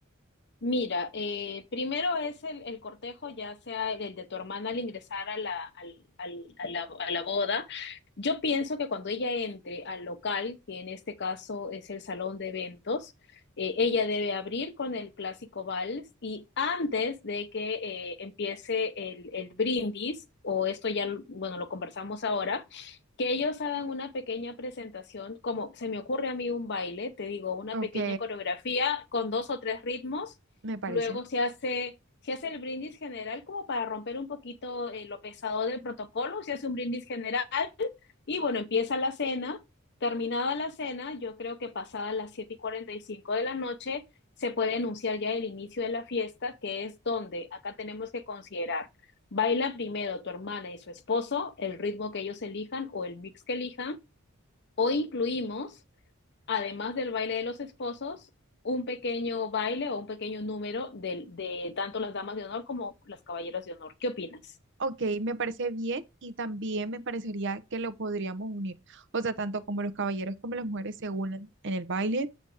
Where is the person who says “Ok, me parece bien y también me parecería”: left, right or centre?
Right